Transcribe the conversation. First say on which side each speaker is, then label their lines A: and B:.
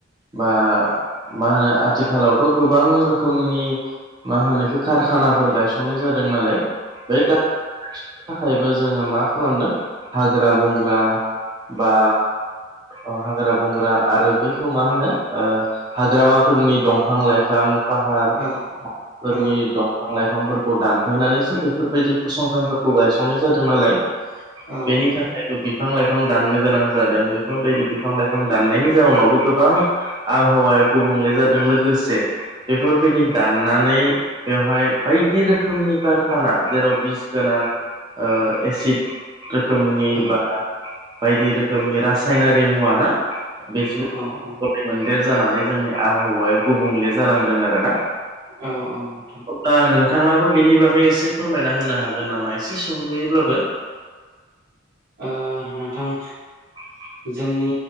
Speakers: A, on the right; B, on the right.
A: बा मा होनो आथिखालावथ' गोबां रोखोमनि मा होनो इखो कारखानाफोर गायसननाय जादों नालाय। बे <unintelligible> थाखायबो जोङो मा खालामदों हाग्रा बंग्रा बा ओ हाग्रा बंग्रा आरो बेखौ मा होनो ओ हाग्रामाफोरनि दंफां लाइफां फाहार
B: औ
A: फोरनि
B: औ औ
A: दंफां लाइफांफोरखौ दानफायनानैसो बेफोरबायदि फसंथानफोरखौ गायसंनाय जादों नालाय
B: औ
A: बेनि थाखायबो बिफां लाइफां दाननो गोनां जादों बेफोरबायदि बिफां लाइफां दान नायनि जाउनावबो गोबां आबहावाया गुबुंले जादों लोगोसे बेफोरबायदि दाननानै बेवहाय बायदि रोखोमनि कारखाना जेराव बिस गोनां ओ एसिड रोखोमनि
B: औ
A: बा बायदि रोखोमनि रासायनारि मुवा ना बेसे
B: औ औ
A: गलाय मोनदेर जानानै जोंनि आबहावाया गुबुंले जालांदों आरोना?
B: औ औ नोंथां
A: दा नोंथाङाबो बेनि बागै एसे फोरमायना होनो हागोन नामा एसे सुंदुयैब्लाबो
B: ओ नोंथां
A: <inaudible>
B: जोंनि